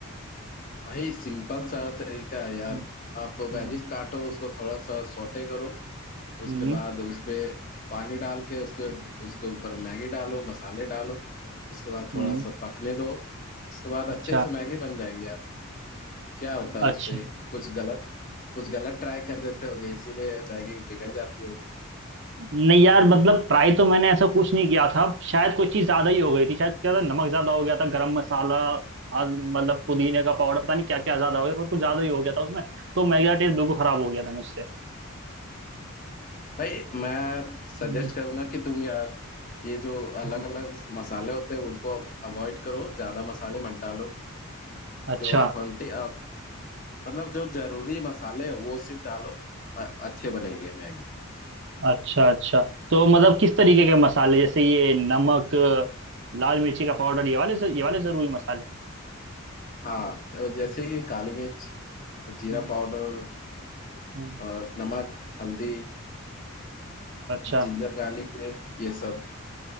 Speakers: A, on the left; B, on the right.
A: भाई सिंपल सा तरीका है यार
B: हम्म
A: आप
B: हम्म
A: वेजिस काटो उसको थोड़ा सा सौटे करो उसके
B: हम्म हम्म,
A: बाद उस पे पानी डाल के उसके उसके ऊपर मैगी डालो मसाले डालो उसके बाद थोड़ा
B: हम्म,
A: सा पकने दो उसके बाद
B: अच्छा
A: अच्छे से मैगी बन जाएगी यार क्या होता है
B: अच्छा
A: उस पे कुछ गलत कुछ गलत ट्राई कर देते होगे इसीलिए मैगी बिगड़ जाती होगी
B: नहीं यार मतलब ट्राई तो मैंने ऐसा कुछ नहीं किया था शायद कोई चीज ज्यादा ही हो गई थी शायद क्या था नमक ज्यादा हो गया था गरम मसाला और मतलब पुदीने का पाउडर पता नहीं क्या क्या ज्यादा हो गया पर कुछ ज्यादा ही हो गया था उसमें तो मेरा टेस्ट बिल्कुल खराब हो गया था मुझसे
A: भाई मैं सजेस्ट
B: हम्म,
A: करूंगा कि तुम यार ये जो अलग
B: हम्म।
A: अलग मसाले होते हैं उनको अवॉइड करो ज्यादा मसाले मत डालो
B: अच्छा
A: जो ऑथेंटिक मतलब जो जरूरी मसाले हैं वो सिर्फ डालो अ- अच्छे बनेंगे मैगी
B: अच्छा अच्छा तो मतलब किस तरीके के मसाले जैसे ये नमक लाल मिर्ची का पाउडर ये वाले ये वाले जरूरी मसाले
A: हाँ और जैसे कि काली मिर्च जीरा
B: हम्म,
A: पाउडर
B: हम्म।
A: और नमक हल्दी
B: अच्छा
A: जिंजर गार्लिक पेस्ट ये सब